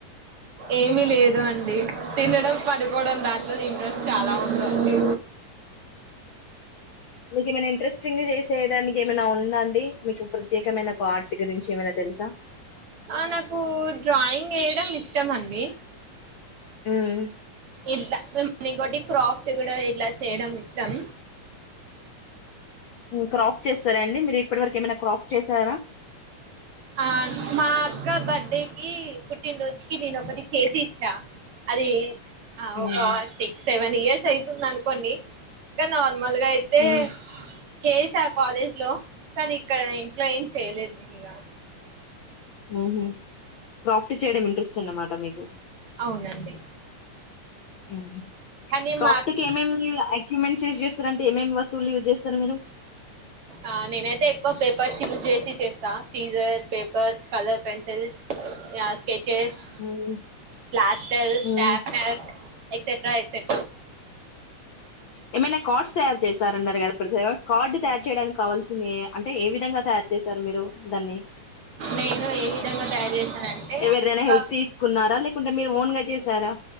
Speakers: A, on the right; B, on the left.
A: ఏమి లేదు అండి తినడం పడుకోవడం దాంట్లో ఇంట్రెస్ట్ చాలా ఉందండి.
B: మీకు ఏమైనా ఇంట్రెస్టింగ్ చేసే దానికి ఏమైనా ఉందా అండి మీకు ప్రత్యేకమైన ఒక ఆర్ట్ గురించి ఏమైనా తెలుసా.
A: ఆ నాకు డ్రాయింగ్ ఎయడం ఇష్టం అండి.
B: మ్మ్
A: ఇ ద అండ్ ఇంకోటి క్రాఫ్ట్ కూడా ఇట్లా చేయడం ఇష్టం.
B: క్రాప్ట్ చేస్తార అండి మీరు ఇప్పటి వరకు ఏమైనా క్రాప్ట్ చేసారా.
A: ఆ మా అక్క బర్డెకి పుట్టినరోజుకి నేను ఒకటి చేసి ఇచ్చా అది ఆ
B: మ్మ్
A: ఒక సిక్స్ సెవెన్ ఇయర్స్ అయితుందన్ కొండి తనోన్ మూలుగా అయితే
B: మ్మ్.
A: చేసా కాలేజ్ లో కానీ ఇక్కడ ఇంట్లో ఏం చేయలేదు నేను ఇగా
B: మ్ హు ప్రోఫ్ట్ చేయడం స్ట్ అన్నమాట మీకు
A: అవునండి
B: మ్మ్ హు
A: కానీ
B: క్రాక్ట్
A: మా అక్క
B: ఏం ఏం ఎక్యుమెంట్స్ చూస్ చేస్తారంటే ఏమేమి వస్తువులు యూస్ చేస్తారు మీరు
A: ఆ నేనైతే ఎక్కువ పేపర్స్ యూజ్ చేసి చేస్తా scissor paper colour pencils as sketches
B: మ్మ్.
A: ప్లాస్టర్స్
B: మ్మ్.
A: స్టాప్నేర్ ఎక్సెట్రా ఎక్సెట్
B: ఏమైనా కార్డ్స్ తయారు చేశారన్నారు కదా ఇప్పుడు <inaudible> కార్డు తయారు చేయడానికి కావాల్సి ఉంది అంటే ఏ విధంగా తయారు చేసారు మీరు దాన్ని
A: నేను ఏ విధంగా తయారు చేశానంటే
B: ఎవరైనా
A: ఒక
B: హెల్ప్ తీసుకున్నారా లేకుంటే మీరు ఓన్గ చేసారా